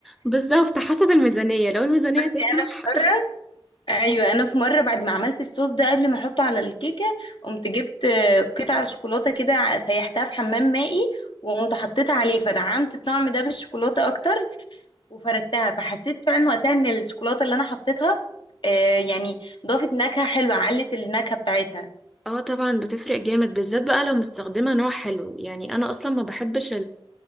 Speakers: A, in the centre; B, on the left.
A: بالظبط حسب الميزانية لو الميزانية
B: بس
A: تسمح
B: انا في مره ايوه انا في مره بعد ما عملت الصوص ده قبل ما احطه على الكيكه قمت جبت آه، قطعه شوكولاته كده ع- سيحتها في حمام مائي وقمت حطيتها عليه فدعمت الطعم ده بالشوكولاته اكتر وفردتها فحسيت فعلا وقتها ان الشوكولاته اللي انا حطيتها آه، يعني ضافت نكهه حلوه علت النكهه بتاعتها
A: <laughs> اه طبعا بتفرق جامد بالذات بقى لو مستخدمة نوع حلو يعني انا اصلا ما بحبش